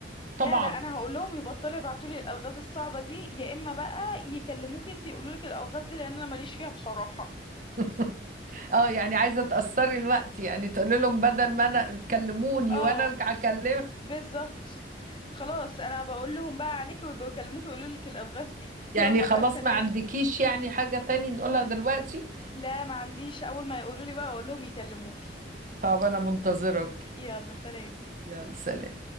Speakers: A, on the left (about 30°); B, on the right (about 45°).
A: لا
B: طبعا
A: لا أنا هقول لهم يبطلوا يبعتوا لي الألغاز الصعبة دي يا إما بقى يكلموك انتي يقولوا لك الألغاز دي لأن أنا ماليش فيها بصراحة
B: <laughs> اه يعني عايزه تاثري الوقت يعني تقولي لهم بدل ما انا تكلموني
A: اه
B: وانا ارجع اكلم
A: بالظبط خلاص أنا بقول لهم بقى عليك ويبقوا يكلموك يقولوا لك الألغاز دي
B: يعني
A: يلا
B: خلاص
A: بقى سلام
B: ما عندكيش يعني حاجه تاني نقولها دلوقتي
A: لا ما عنديش أول ما يقولوا لي بقى أقول لهم يكلموكي
B: طب انا منتظرك
A: يلا سلام
B: يلا سلام